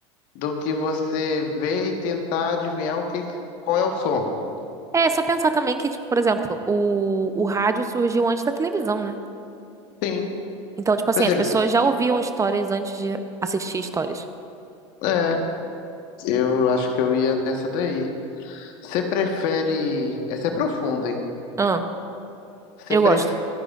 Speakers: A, on the left; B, on the right.
A: do que você ver e tentar adivinhar o que, qual é o som.
B: É, só pensar também que, tipo, por exemplo, o, o rádio surgiu antes da televisão, né?
A: Sim.
B: Então, tipo assim,
A: Por exemplo,
B: as pessoas
A: se-
B: já ouviam histórias antes de assistir histórias.
A: é, eu acho que eu ia nessa daí. Você prefere. Essa é profunda, hein?
B: Ah,
A: Você
B: eu
A: prefere
B: gosto.